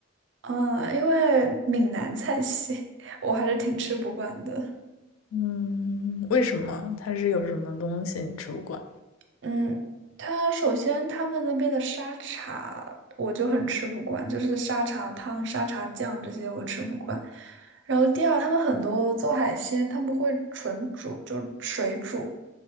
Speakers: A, on the right (about 60°); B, on the left (about 85°).
A: 嗯，因为闽南菜系 <laughs> 我还是挺吃不惯的。
B: 嗯，为什么？它是有什么东西你吃不惯？
A: 嗯，他首先他们那边的沙茶我就很吃不惯，就是沙茶汤、沙茶酱这些我吃不惯。然后第二，他们很多做海鲜，他们会纯煮，就是水煮，